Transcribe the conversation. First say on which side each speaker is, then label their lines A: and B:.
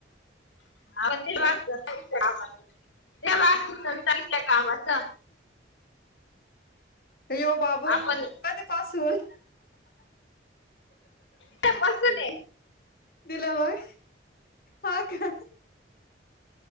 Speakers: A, on the left (about 85°); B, on the left (about 50°).
A: <unintelligible>
B: ह
A: कामाचं
B: यो बाबो
A: आपण
B: कधीपासून
A: त्यो पासून ये
B: दिला व्हय? हा का?